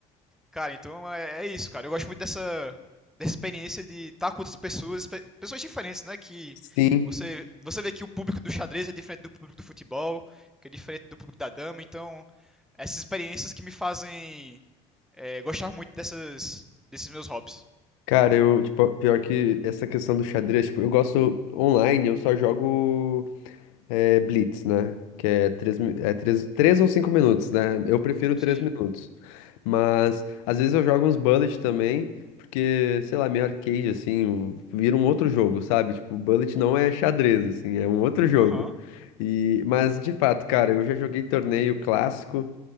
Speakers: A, in the centre; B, on the left (about 80°).
A: Cara, então é, é isso, cara. Eu gosto muito dessa, dessa experiência de estar com outras pessoas, pe- pessoas diferentes, né? Que
B: Sim.
A: você, você vê que o público do xadrez é diferente do público do futebol, que é diferente do público da dama. Então, essas experiências que me fazem é, gostar muito dessas, desses meus hobbies.
B: Cara, eu, tipo, pior que essa questão do xadrez, tipo, eu gosto online, eu só jogo. é Blitz, né? Que é três, mi- é três, três ou cinco minutos, né? Eu prefiro três
A: Sim.
B: minutos. Mas às vezes eu jogo uns bullet também, porque, sei lá, meio arcade, assim, vira um outro jogo, sabe? Tipo, bullet não é xadrez, assim, é um outro jogo.
A: Aham.
B: E, mas de fato, cara, eu já joguei torneio clássico